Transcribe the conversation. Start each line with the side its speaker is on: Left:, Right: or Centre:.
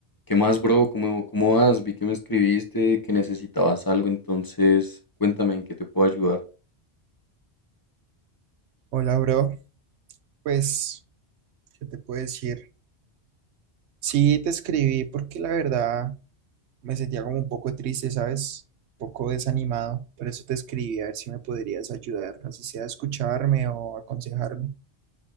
Left: ¿Qué más, bro? ¿Cómo, cómo vas? Vi que me escribiste, que necesitabas algo, entonces cuéntame en qué te puedo ayudar.
Right: Hola, bro. Pues, ¿qué te puedo decir? Sí, te escribí porque la verdad me sentía como un poco triste, ¿sabes? Un poco desanimado. Por eso te escribí a ver si me podrías ayudar, así sea a escucharme o aconsejarme.